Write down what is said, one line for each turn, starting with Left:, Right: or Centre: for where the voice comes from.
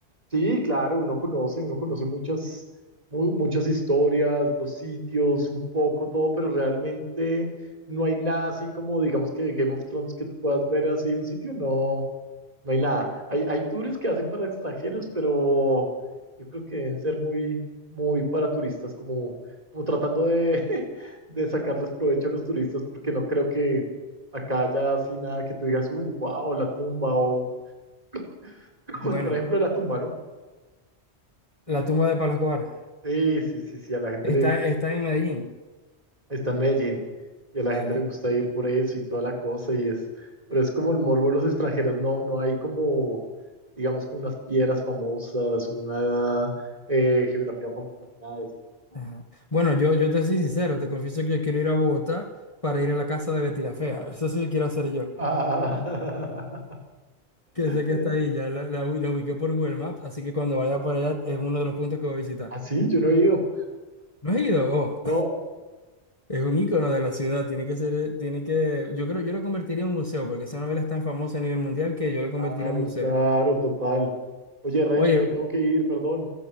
Right: Sí, claro, uno conoce, uno conoce muchas, mu- muchas historias, los sitios, un poco todo, pero realmente no hay nada así como, digamos que Game of Thrones que tú puedas ver así un sitio, no, no hay nada. Hay, hay tours que hacen para extranjeros, pero yo creo que deben ser muy, muy para turistas, como, como tratando de <laughs> de sacarles provecho a los turistas porque no creo que acá haya así nada que tú digas, uh, wow, la tumba o, <laughs> pues
Left: Bueno,
Right: por ejemplo, la tumba, ¿no?
Left: la tumba de Pablo Escobar
Right: Sí, sí, sí, sí, a la gente
Left: está,
Right: le
Left: está en Medellín.
Right: está en Medellín y a la
Left: Vale.
Right: gente le gusta ir por eso y toda la cosa y es, pero es como el morbo de los extranjeros, no, no hay como, digamos, como unas piedras famosas, una eh, geografía famosa, nada de eso. <laughs>
Left: Ajá. Bueno, yo, yo te soy sincero, te confieso que yo quiero ir a Bogotá para ir a la casa de Betty la Fea. Eso sí quiero hacer yo,
Right: Ah,
Left: que sé que
Right: <laughs>
Left: está ahí, ya la, la, la ubiqué por Google Maps, así que cuando vaya para allá es uno de los puntos que voy a visitar.
Right: así, yo no he ido,
Left: ¿No has ido? Oh.
Right: no.
Left: Es un icono de la ciudad, tiene que ser, tiene que, yo creo, yo lo convertiría en un museo, porque esa novela es tan famosa a nivel mundial que yo lo convertiría
Right: Claro,
Left: en un museo.
Right: claro, total. Oye, Reni,
Left: Oye,
Right: me tengo que ir, perdón.